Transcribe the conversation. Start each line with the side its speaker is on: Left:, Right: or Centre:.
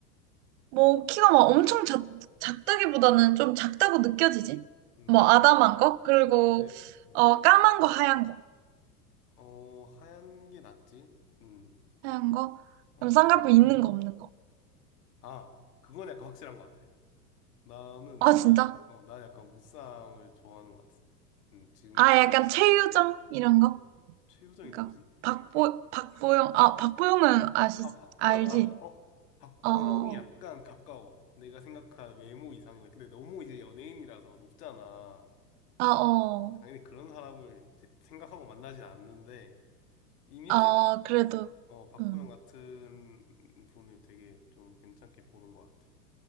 Right: 뭐 키가 막 엄청 작, 작다기보다는 좀 작다고 느껴지지?
Left: 음,
Right: 뭐 아담한 거? 그리고
Left: 근데 음,
Right: 어 까만 거 하얀 거
Left: 어 하얀 게 낫지. 음,
Right: 하얀 거?
Left: 어
Right: 그럼 쌍꺼풀
Left: 아마
Right: 있는 거 없는 거?
Left: 아 그건 약간 확실한 것 같아. 나는
Right: 아 진짜?
Left: 어나 약간 무쌍을 좋아하는 것 같아. 음 지금까지
Right: 아 약간 최유정 이런 거?
Left: 최유정이
Right: 그러니까
Left: 누구지?
Right: 박보 박보영 아 박보영은 아시
Left: 아 박보영
Right: 알지?
Left: 알아. 어 박보영이
Right: 어어어어
Left: 약간 가까워. 내가 생각한 외모 이상형이 근데 너무 이제 연예인이라서 높잖아.
Right: 아, 어.
Left: 당연히 그런 사람을 이제 생각하고 만나진 않는데 이미지가
Right: 아 그래도
Left: 어 박보영
Right: 음.
Left: 같은 분을 되게 좀 괜찮게 보는 것 같아.